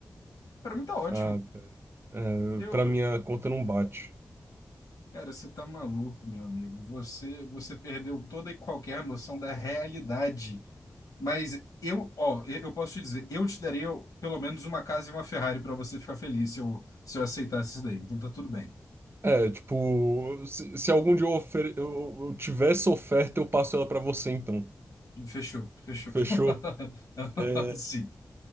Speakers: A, on the left (about 85°); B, on the right (about 40°).
A: pra mim tá ótimo.
B: Ah, cara. é,
A: Eu,
B: para minha conta não bate.
A: cara, você tá maluco, meu amigo. Você, você perdeu toda e qualquer noção da realidade. Mas eu, ó, eu eu posso te dizer, eu te daria pelo menos uma casa e uma Ferrari pra você ficar feliz se eu, se eu aceitasse isso daí. Então tá tudo bem.
B: É, tipo, se, se algum dia eu, ofer- eu, eu tiver essa oferta, eu passo ela pra você, então.
A: Fechou, fechou.
B: Fechou?
A: <laughs>
B: É,
A: Sim.